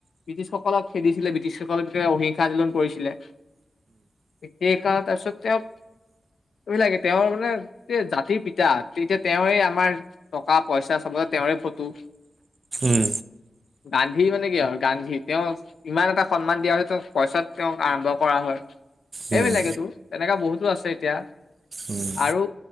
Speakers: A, on the left; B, on the right.
A: ব্ৰিটিছসকলক খেদিছিলে ব্ৰিটিছসকলক অহিংসা আন্দোলন কৰিছিলে। শেষ আও তাৰপিছত তেওঁ এইবিলাকে তেওঁৰ মানে জাতিৰ পিতা তেতিয়া তেওঁৱে আমাৰ টকা পইচা চবতে তেওঁৰে ফটো।
B: উম।
A: গান্ধী মানে কি আৰু গান্ধী তেওঁ ইমান এটা সন্মান দিয়া হৈছে তেওঁ পইচাত তেওঁক আৰম্ভ কৰা হল।
B: উম,
A: এইবিলাকেটো
B: উম,
A: তেনেকুৱা বহুতো আছে এতিয়া
B: উম,
A: আৰু